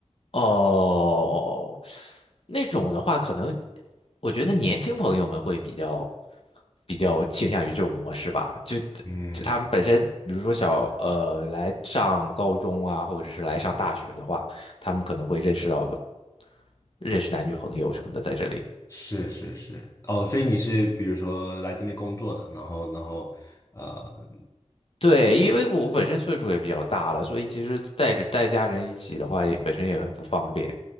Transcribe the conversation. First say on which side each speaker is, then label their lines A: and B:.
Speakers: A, on the left; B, on the left.
A: 哦，那种的话，可能我觉得年轻朋友们会比较比较倾向于这种模式吧。就就他们本身，
B: 嗯，
A: 比如说小呃来上高中啊，或者是来上大学的话，他们可能会认识到认识男女朋友什么的在这里。
B: 是是是，哦，所以你是比如说来这边工作的，然后然后呃
A: 对，因为我本身岁数也比较大了，所以其实带着带家人一起的话，也本身也很不方便。